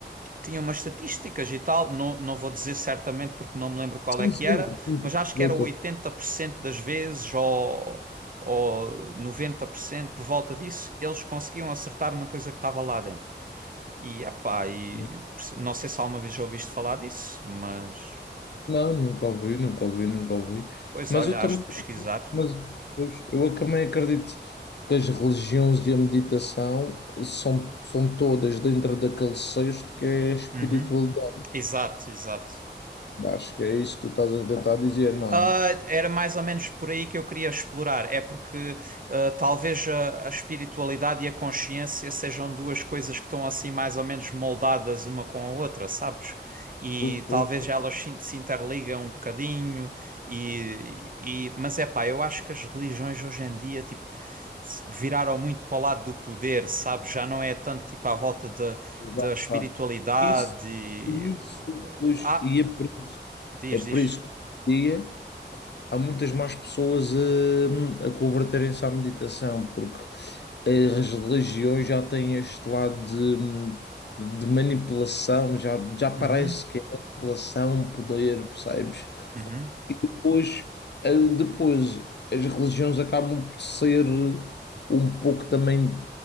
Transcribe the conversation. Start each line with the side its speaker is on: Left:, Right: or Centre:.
Right: tinha umas estatísticas e tal, não, não vou dizer certamente porque não me lembro qual
Left: Sim,
Right: é que
Left: sim,
Right: era,
Left: sim.
Right: mas acho que
Left: Eu
Right: era
Left: estou.
Right: 80% das vezes ou, ou 90%, por cento, por volta disso, eles conseguiam acertar na coisa que estava lá dentro. E epá, e
Left: não.
Right: não sei se alguma vez já ouviste falar disso, mas
Left: Não, nunca ouvi, nunca ouvi, nunca ouvi.
Right: pois
Left: Mas
Right: olha,
Left: eu também.
Right: has de pesquisar.
Left: Mas pois, eu também acredito que as religiões e a meditação são, são todas dentro daquele cesto que é a espiritualidade.
Right: Uhum. Exato, exato.
Left: Acho que é isso que tu estás a tentar dizer, não
Right: Ah,
Left: é?
Right: era mais ou menos por aí que eu queria explorar. É porque ah, talvez a, a espiritualidade e a consciência sejam duas coisas que estão assim mais ou menos moldadas uma com a outra, sabes? E
Left: Pois, pois,
Right: talvez
Left: pois,
Right: elas se, se interligam um bocadinho e, e mas é pá, eu acho que as religiões hoje em dia tipo se- viraram muito para o lado do poder, sabes? Já não é tanto tipo à volta da
Left: pois,
Right: da
Left: lá
Right: espiritualidade.
Left: está. Isso,
Right: e-
Left: isso, pois,
Right: Ah,
Left: e é por isso,
Right: diz,
Left: é por
Right: diz.
Left: isso que hoje em dia há muitas mais pessoas a, a converterem-se à meditação, porque as religiões já têm este lado de, hum, de manipulação, já, já parece
Right: Uhum,
Left: que é manipulação, poder, percebes?
Right: uhum,
Left: Depois, eh, depois as religiões acabam por ser um pouco também,